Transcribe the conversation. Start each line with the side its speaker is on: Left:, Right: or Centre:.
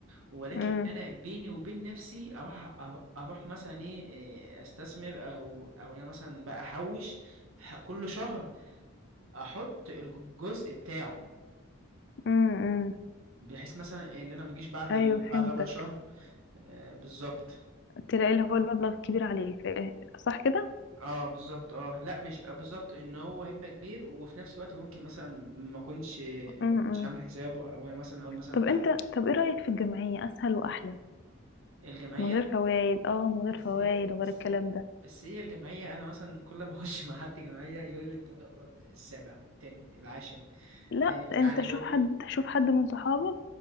Right: ولكن
Left: امم
Right: انا بيني وبين نفسي اروح أر- اروح مثلا ايه إيه، استثمر او او انا مثلا بقى احوش ح- كل شهر احط الجزء بتاعه
Left: امم
Right: بحيث مثلا ان انا ما اجيش بعد
Left: ايوه
Right: ال...
Left: فهمتك
Right: بعد ربع شهر آه بالظبط
Left: تلاقي اللي هو المبلغ كبير عليك إيه، صح كده
Right: اه بالظبط اه لا مش آه، بالظبط ان هو هيبقى كبير وفي نفس الوقت ممكن مثلا ما اكونش
Left: امم
Right: ما كنتش عامل حسابه او انا مثلا هقول مثلا
Left: طب
Right: لا
Left: انت طب ايه رايك في الجمعيه اسهل واحلى
Right: الجمعيه
Left: من غير فوائد اه من غير
Right: بس
Left: فوائد
Right: هي
Left: وغير
Right: بس
Left: الكلام ده
Right: بس هي الجمعية أنا مثلا كل ما أخش مع حد جمعية يقول لي أنت بتقبض السابع الثامن العاشر
Left: لا
Right: آه، يعني
Left: انت شوف
Right: هو بي...
Left: حد شوف حد من صحابك